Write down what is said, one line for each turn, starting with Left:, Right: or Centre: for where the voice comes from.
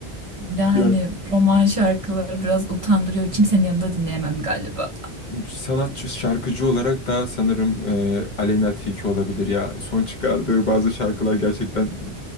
Right: Yani
Left: Ya
Right: roman şarkıları biraz utandırıyor. Kimsenin yanında dinleyemem galiba.
Left: sanatçı şarkıcı olarak da sanırım e, Aleyna Tilki olabilir ya. Son çıkardığı bazı şarkılar gerçekten